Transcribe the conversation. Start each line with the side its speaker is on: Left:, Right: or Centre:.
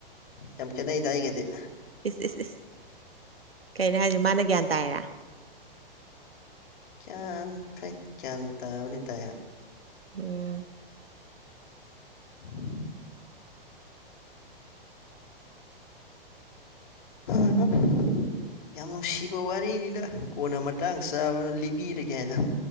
Left: ꯌꯥꯝ ꯈꯦꯠꯅꯩꯗꯥ ꯑꯩꯒꯗꯤ
Right: ꯏꯁ ꯏꯁ ꯏꯁ! ꯀꯩꯅꯣ ꯍꯥꯏꯁꯦ ꯃꯥꯅ ꯒ꯭ꯌꯥꯟ ꯇꯥꯏꯔꯥ?
Left: ꯒꯌꯥꯟ ꯍꯣꯏ ꯒꯌꯥꯟ ꯇꯥꯕꯗꯤ ꯇꯥꯏ
Right: ꯎꯝ
Left: <unintelligible> <unintelligible> ꯌꯥꯝ ꯅꯨꯡꯁꯤꯕ ꯋꯥꯔꯤꯅꯤꯗ ꯀꯣꯟꯅ ꯃꯇꯥꯡ ꯆꯥꯕꯗ ꯂꯤꯕꯤꯔꯒꯦ ꯍꯥꯏꯅ